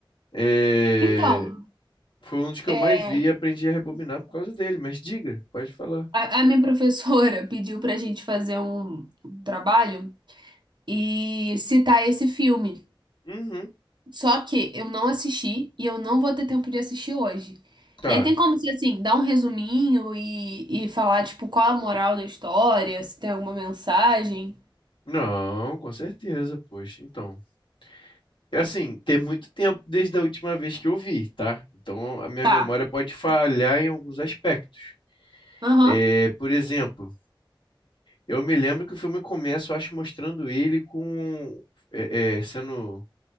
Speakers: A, on the left; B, on the right.
A: É,
B: Então,
A: Foi um dos que
B: é,
A: eu mais vi e aprendi a rebobinar por causa dele. Mas diga, pode falar.
B: a, a minha professora <laughs> pediu pra gente fazer um, um trabalho e citar esse filme.
A: Uhum.
B: Só que eu não assisti e eu não vou ter tempo de assistir hoje.
A: Tá.
B: E aí tem como se, assim, dar um resuminho e, e falar, tipo, qual a moral da história, se tem alguma mensagem.
A: Não, com certeza, poxa. Então, é assim, tem muito tempo desde a última vez que eu vi, tá? Então, a minha
B: Tá.
A: memória pode falhar em alguns aspectos.
B: Aham.
A: É, por exemplo, eu me lembro que o filme começa, eu acho, mostrando ele com, é, é, sendo,